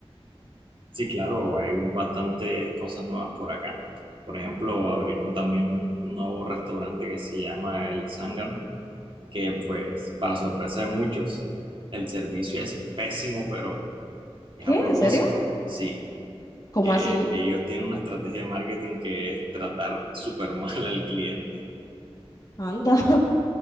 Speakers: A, on the right; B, on the left.
A: Sí, claro, hay bastantes cosas nuevas por acá. Por ejemplo, abrieron también un, un nuevo restaurante que se llama El Zángano, que pues, para sorpresa de muchos, el servicio es pésimo, pero es
B: ¿Qué?
A: a propósito.
B: ¿En serio?
A: Sí,
B: ¿Cómo
A: eh,
B: así?
A: ellos tienen una estrategia de marketing que es tratar súper <laughs> mal al cliente.
B: Anda. <laughs>